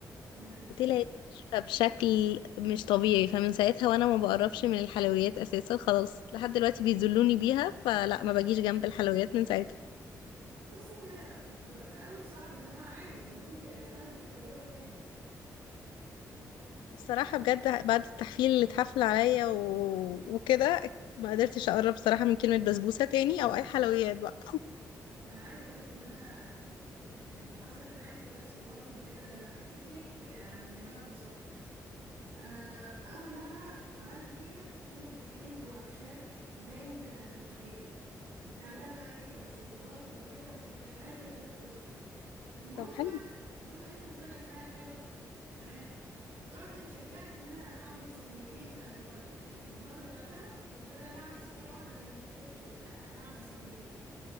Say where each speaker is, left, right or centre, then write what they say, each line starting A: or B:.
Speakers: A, on the right; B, on the left.
A: امم
B: وطلعت ناشفه بشكل مش طبيعي فمن ساعتها وانا ما بقربش من الحلويات اساسا خلاص لحد دلوقتي بيذلوني بيها فلا ما باجيش جنب الحلويات من ساعتها
A: بس هي بتبقى في الاول صعب انما عادي يعني ممكن ت- تاخدي التجربة تاني
B: الصراحه بجد بعد التحفيل اللي اتحفل عليا و... وكده ما قدرتش اقرب صراحه من كلمه بسبوسه تاني او اي حلويات بقى
A: انا عايزه اقول لك ان انا يعني حصلت معايا كوارث في المطبخ بجد انا لو حكيت لك يعني هنقعد للصبح انا في اول مره عملت كيكه طلعت حلوه بشكل لا يمكن ان تتخيليه وكنت عاملاها بقى كيكه بالشوكولاته وكده وكانت عاجبه البيت كله المهم
B: طب حلو
A: بقى بما انها طلعت معايا حلوه تمام فرحت اتشجعت ان انا اعمل صينيتين بقى المره اللي يعني المره اللي بعدها قلت بدل ما اعمل صينيه واحده وما كفتش وبتاع لا اعمل صينيتين